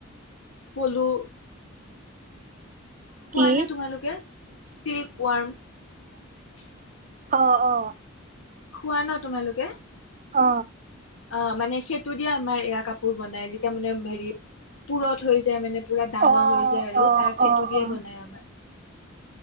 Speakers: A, on the left; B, on the right.
A: পলু? খোৱা
B: কি
A: নে তোমালোকে চিল্ক ৱাৰ্ম।
B: অ-অ,
A: খোৱা ন তোমালোকে।
B: অ,
A: অ, মানে সেইটো দিয়ে আমাৰ এয়া কাপোৰ বনাই যেতিয়া মানে হেৰি পুৰত হৈ যায় মানে। পুৰা ডাঙৰ
B: অ',
A: হৈ যায়
B: অ',
A: আৰু তাৰ
B: অ',
A: সেটো
B: অ'।
A: দিয়ে বনাই আমাৰ,